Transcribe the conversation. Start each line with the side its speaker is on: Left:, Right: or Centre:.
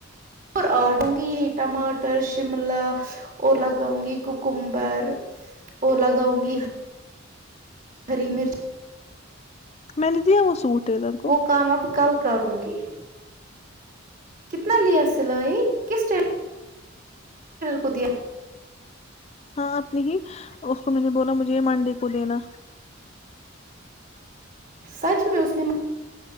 Right: اور آٹوں گی یہ ٹماٹر شملہ اور لگاؤں گی کوکمبر اور لگاؤں گی ہری مرچ
Left: میں نے دیا وہ سوٹ ٹیلر کو
Right: وہ کام اب کل کروں گی کتنا لیا سلائی کس ٹائم کو دیا
Left: ہاں اپنی ہی اس کو میں نے بولا مجھے یہ مانڈی کو دینا
Right: سچ میں اس ن